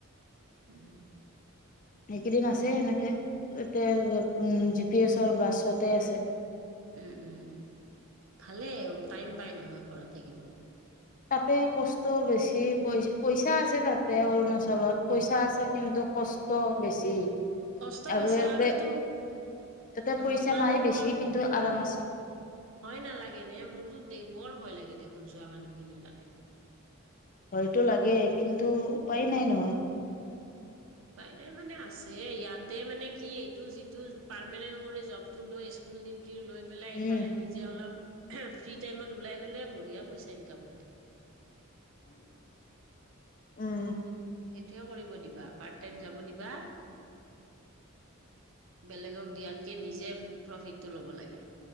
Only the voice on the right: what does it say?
উম'।
উম' উম', ভালেই টাইম পাই নহয় ঘৰত থাকিব।
কষ্ট
বেছি
তো
তোমালোকৰ
ভয় নালাগে নে, মোৰতো দে বৰ ভয় লাগে দেখোন, যোৱা মানুহখিনিৰ কাৰণে।
উপাই নাই মানে আছে, ইয়াতে মানে কি এইটো যিটো পাৰ্মানেণ্ট কৰি জব টো লৈ, স্কুল ডিউটি লৈ পেলাই ইফালে
নি যে অলপ, ফ্ৰী টাইমত ওলাই গ'লে বঢ়িয়া পইচা ইনকাম হয়তো।
সেইটোৱে কৰিব দিবা, পাৰ্ট টাইম যাব দিবা। বেলেগক দিয়াতকে, নিজে প্ৰফিতটো ল'ব লাগে।